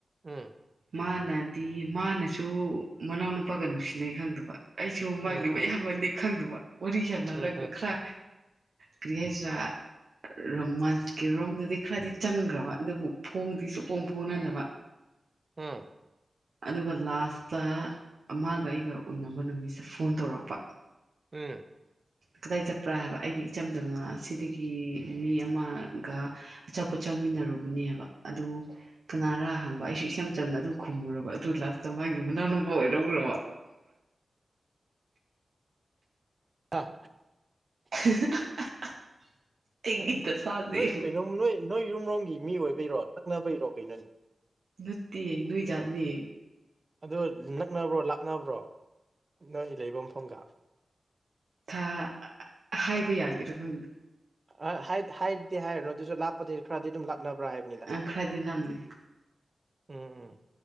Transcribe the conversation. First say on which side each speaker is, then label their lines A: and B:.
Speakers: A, on the right; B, on the right.
A: ꯎꯝ
B: ꯃꯥꯅꯗꯤ ꯃꯥꯅꯁꯨ ꯃꯅꯥꯎꯅꯨꯄꯥꯒ ꯅꯨꯡꯁꯤꯅꯩ ꯈꯪꯗꯕ ꯑꯩꯁꯨ
A: ꯎꯝ
B: ꯃꯥꯡꯅꯤꯡꯕ
A: ꯎꯝ ꯎꯝ
B: ꯌꯥꯝꯃꯟꯗꯦ ꯈꯪꯗꯕ ꯋꯥꯔꯤ ꯁꯥꯟꯅꯔꯒ
A: ꯎꯝ
B: ꯈꯔ ꯀꯔꯤ ꯍꯥꯏꯁꯤꯔꯥ ꯔꯣꯃꯥꯟꯁꯀꯤ ꯔꯣꯝꯗꯗꯤ ꯈꯔꯗꯤ ꯆꯪꯈ꯭ꯔꯕ ꯑꯗꯨꯕꯨ ꯐꯣꯡꯗꯤꯁꯨꯨ ꯐꯣꯡ ꯐꯣꯡꯅꯅꯕ
A: ꯑꯥ
B: ꯑꯗꯨꯒ ꯂꯥꯁꯇ ꯑꯃꯒ ꯑꯩꯒ ꯎꯅꯕ ꯅꯨꯃꯤꯠꯁꯦ ꯐꯣꯟ ꯇꯧꯔꯛꯄ
A: ꯎꯝ
B: ꯀꯗꯥꯏ ꯆꯠꯄ꯭ꯔꯥ ꯍꯥꯏꯕ ꯑꯩꯗꯤ ꯏꯆꯝ ꯆꯝꯅ ꯑꯁꯤꯗꯒꯤ ꯃꯤ ꯑꯃꯒ ꯑꯆꯥꯄꯣꯠ ꯆꯥꯃꯤꯟꯅꯔꯨꯕꯅꯦꯕ ꯑꯗꯨ ꯀꯅꯥꯔꯥ ꯍꯪꯕ ꯑꯩꯁꯨ ꯏꯆꯝ ꯆꯝꯅ ꯑꯗꯨ ꯈꯨꯝꯃꯨꯔꯕ ꯑꯗꯨ ꯂꯥꯁꯇ ꯃꯥꯒꯤ ꯃꯅꯥꯎꯅꯨꯄꯥ ꯑꯣꯏꯔꯧꯈ꯭ꯔꯕ
A: ꯑꯥ
B: <unintelligible> ꯑꯩꯒꯤ
A: ꯑꯠꯁꯦ
B: ꯗꯁꯥꯁꯦ
A: ꯅꯣꯏ
B: ꯌꯦꯡꯉꯨ
A: ꯀꯩꯅꯣꯝ ꯅꯣꯏ ꯅꯣꯏ ꯌꯨꯝꯔꯣꯝꯒꯤ ꯃꯤ ꯑꯣꯏꯕꯩꯔꯣ ꯅꯛꯅꯕꯩꯔꯣ ꯀꯩꯅꯣꯅꯦ
B: ꯅꯨꯠꯇꯦ ꯅꯣꯏꯖꯥꯠꯅꯤ
A: ꯑꯗꯨ ꯅꯛꯅꯕ꯭ꯔꯣ ꯂꯥꯞꯅꯕ꯭ꯔꯣ ꯅꯣꯏ ꯂꯩꯕ ꯃꯐꯝꯒ
B: ꯊꯥ ꯍꯥꯏꯕ ꯌꯥꯒꯔꯒꯗꯤ
A: ꯑ ꯍꯥꯏꯗꯤ ꯍꯥꯏꯔꯅꯨ ꯑꯗꯨꯁꯨ ꯂꯥꯞꯄꯗꯤ ꯈꯔꯗꯤ ꯑꯗꯨꯝ ꯂꯞꯅꯕ꯭ꯔꯥ ꯍꯥꯏꯕꯅꯤꯅ
B: ꯑ ꯈ꯭ꯔꯥꯏꯗꯤ ꯂꯝꯂꯝꯅꯤ
A: ꯎꯝ ꯎꯝ